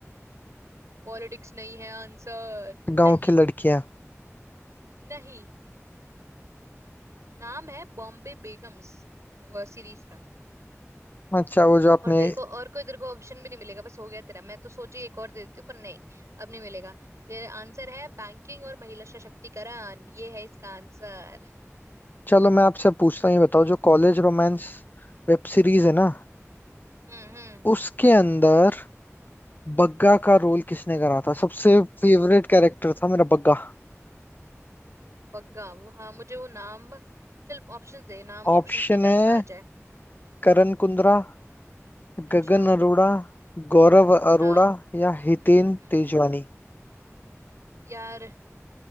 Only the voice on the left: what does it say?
गांव
की लड़कियां
अच्छा वो जो आपने
चलो मैं आपसे पूछता हूँ ये बताओ जो कॉलेज रोमांस वेब सीरीज है ना
उसके अंदर बग्गा का रोल किसने करा था सबसे फेवरेट कैरेक्टर था मेरा बग्गा
ऑप्शन
है
करण कुंद्रा
गगन अरोड़ा गौरव अरोड़ा
या हितेन
तेजवानी